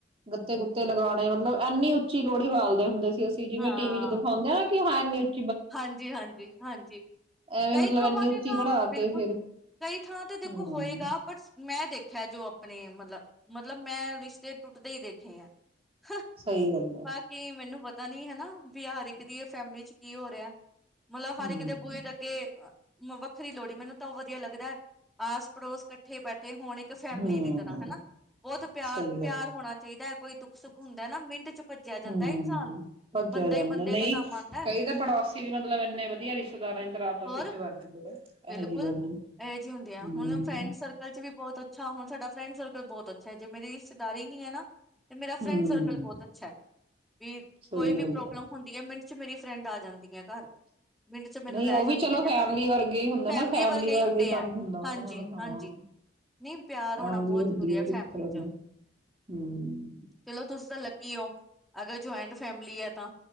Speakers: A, on the right; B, in the centre.
A: ਗੱਤੇ ਗੁੱਤੇ ਲਗਾਉਣੇ ਮਤਲਬ ਇੰਨੀ ਉੱਚੀ ਲੋਹੜੀ ਬਾਲਦੇ ਹੁੰਦੇ ਸੀ। ਅਸੀਂ ਜਿਵੇਂ
B: ਹਾਂ
A: ਟੀ ਵੀ ਚ ਦਿਖਾਉਂਦਾ। <unintelligible>
B: ਹਾਂਜੀ, ਹਾਂਜੀ, ਹਾਂਜੀ
A: ਐਵੇਂ
B: ਕਈ
A: ਮਤਲਬ
B: ਥਾਵਾਂ
A: ਇੰਨੀ
B: ਤੇ
A: ਉੱਚੀ
B: ਤਾਂ
A: ਬਣਾ
B: ਬਿਲਕੁਲ,
A: ਕੇ ਫਿਰ
B: ਕਈ ਥਾਵਾਂ ਤੇ ਦੇਖੋ
A: ਹਮ
B: ਹੋਏਗਾ ਬਟਸ ਮੈਂ ਦੇਖਿਆ ਜੋ ਆਪਣੇ ਮਤਲਬ ਮਤਲਬ, ਮੈਂ ਰਿਸ਼ਤੇ ਟੁੱਟਦੇ ਹੀ ਦੇਖੇ ਆ। ਹਾ
A: ਸਹੀ ਗੱਲ ਹੈ
B: ਬਾਕੀ ਮੈਨੂੰ ਪ ਤਾਂ ਨੀ ਹਨਾ ਵੀ ਹਰ ਇੱਕ ਦੀ ਐ ਫੈਮਿਲੀ ਚ ਕੀ ਹੋ ਰਿਹਾ? ਮਤਲਬ ਹਰ
A: ਹਮ
B: ਇੱਕ ਦੇ ਬੂਹੇ ਦੇ ਅੱਗੇ ਵੱਖਰੀ ਲੋਹੜੀ ਮੈਨੂੰ ਤਾਂ ਉਹ ਵਧੀਆ ਲੱਗਦਾ ਹੈ, ਆਸ ਪੜੋਸ ਇਕੱਠੇ ਬੈਠੇ ਤੇ ਹੁਣ ਇੱਕ ਫੈਮਿਲੀ
A: ਹਮ
B: ਦੀ ਤਰ੍ਹਾਂ ਹਨਾ, ਬਹੁਤ ਪਿਆਰ
A: ਸਹੀ
B: ਪਿਆਰ
A: ਗੱਲ
B: ਹੋਣਾ ਚਾਹੀਦਾ। ਕੋਈ ਦੁੱਖ- ਸੁੱਖ ਹੁੰਦਾ ਨਾ ਮਿੰਟ ਚ ਭੱਜਿਆ ਜਾਂਦਾ
A: ਹੂੰ,
B: ਇਨਸਾਨ
A: ਭੱਜਿਆ
B: ਬੰਦਾ
A: ਜਾਂਦਾ
B: ਹੀ ਬੰਦੇ
A: ਨਹੀਂ
B: ਦੇ ਕੰਮ ਆਉਂਦਾ
A: ਕਹੀਦਾ ਪੜੋਸੀ ਵੀ ਮਤਲਬ ਇੰਨੇ ਵਧੀਆ ਰਿਸ਼ਤੇਦਾਰਾਂ ਦੀ ਤਰ੍ਹਾਂ ਆਪਸ
B: ਹੋਰ
A: ਵਿੱਚ ਵਰਤਦੇ ਆ।
B: ਬਿਲਕੁਲ
A: ਇਹੋ ਜਿਹੀ ਗੱਲ
B: ਇਹੋ
A: ਨੀ
B: ਜਿਹੀ ਹੁੰਦੀ ਆ,
A: ਹਮ
B: ਹੁਣ ਫਰੈਂਡ ਸਰਕਲ ਚ ਵੀ ਬਹੁਤ ਹਾਂ ਹੁਣ ਸਾਡਾ ਫਰੈਂਡ ਸਰਕਲ ਬਹੁਤ ਅੱਛਾ ਹੈ, ਜੇ ਮੇਰੀ ਰਿਸ਼ਤੇਦਾਰੀ ਨੀ ਹੈ ਨਾ ਤੇ ਮੇਰਾ
A: ਹਮ
B: ਫਰੈਂਡ ਸਰਕਲ ਬਹੁਤ ਅੱਛਾ ਹੈ। ਵੀ
A: ਸਹੀ
B: ਕੋਈ ਵੀ
A: ਗੱਲ
B: ਪ੍ਰੋਬਲਮ
A: ਆ
B: ਹੁੰਦੀ ਹੈ, ਮਿੰਟ ਵਿੱਚ ਮੇਰੀ ਫਰੈਂਡ ਆ ਜਾਂਦੀਆ। ਘਰ ਮਿੰਟ ਚ ਮੈਨੂੰ
A: ਨਹੀਂ
B: ਲੈ
A: ਉਹ
B: ਜਾਂਦੀਆ
A: ਵੀ ਚਲੋ
B: ਜਾਂ
A: ਫੈਮਲੀ
B: ਕਰ ਦਿੰਦੀਆਂ
A: ਵਰਗੇ ਹੀ ਹੁੰਦਾ
B: ਫੈਮਿਲੀ
A: ਨਾ ਫੈਮਲੀ
B: ਵਰਗੇ
A: ਵਰਗਾ
B: ਹੀ ਹੁੰਦੇ ਹੈ,
A: ਕੰਮ ਹੁੰਦਾ ਉਹਨਾਂ
B: ਹਾਂਜੀ-
A: ਨਾਲ ਹਾਂ
B: ਹਾਂਜੀ ਨਹੀਂ ਪਿਆਰ
A: ਫੈਮਲੀ
B: ਹੋਣਾ ਬਹੁਤ
A: ਹੁੰਦੀ
B: ਜ਼ਰੂਰੀ
A: ਉਹ
B: ਹੈ,
A: ਵੀ
B: ਫੈਮਲੀ
A: ਇੱਕ ਤਰ੍ਹਾਂ
B: ਚ
A: ਨਾਲ
B: ਹੂੰ
A: ਹਮ
B: ਚਲੋ ਤੁਸੀ ਤਾਂ ਲਗੇ ਕੀ ਓਹ ਅਗਰ ਜੁਆਇੰਟ ਫੈਮਿਲੀ ਹੈ ਤਾਂ